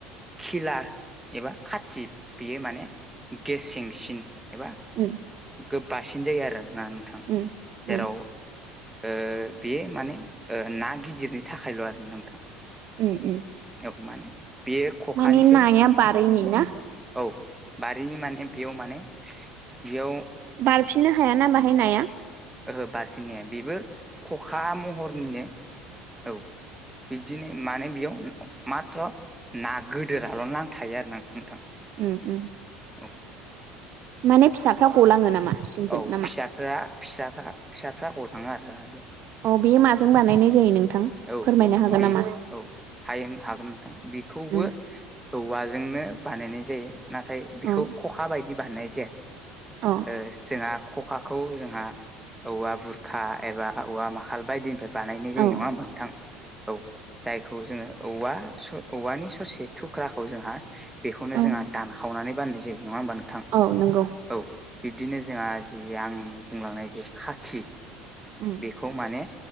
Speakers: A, in the centre; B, on the right (about 50°).
A: खिला एबा खाथि बेयो माने गेस सेंसिन एबा
B: उम्म।
A: गो बासिन जायो आरो ना नोंथां।
B: उम
A: जेराव
B: उम
A: ओ बेयो माने ओ ना गिदिरनि थाखायल' आरो नोंथां।
B: उम उम
A: औ माने बे खखानिसै
B: माने नाया बारैनि ना
A: औ। बारिनि माने बेयाव माने बेयाव
B: बारफिननो हायाना बाहाय नाया।
A: ओहो बारफिननाया बेबो खखा महरनिनो औ। बिब्दिनो माने बेयाव माथ्र' ना गोदोराल' नां थायो आरो ना नोंथां।
B: उम्म उम्म।
A: औ
B: माने फिसाफ्रा गलाङो नामा? सिंजों
A: औ
B: नामा
A: फिसाफ्रा फिसाफ्रा फिसाफ्रा गलाङो आरोना।
B: औ बेयो माजों बानायनाय जायो नोंथां?
A: औ
B: फोरमायनो हागोन
A: बे
B: नामा
A: औ हायो हागोन नोंथां बेखौबो
B: उम
A: औवाजोंनो बानायनाय जायो नाथाय बेखौ
B: औ
A: खखा बायदि बानायनाय जाया।
B: औ
A: ओ जोंहा खखाखौ जोंहा औवा बुरखा एबा औवा माखाल बायदिनिफ्राय बानायनाय जायो
B: औ
A: नङा होमबा? नोंथां औ जायखौ जोङो औवा औवानि ससे थुख्राखौ जोंहा बेखौनो
B: उम
A: जोंहा दानखावनानै बाननाय जायो नङा होमबा थां
B: औ नंगौ
A: औ बिब्दिनो जोंहा जे आं बुंलांनाय जे खाखि
B: उम्म।
A: बेखौ माने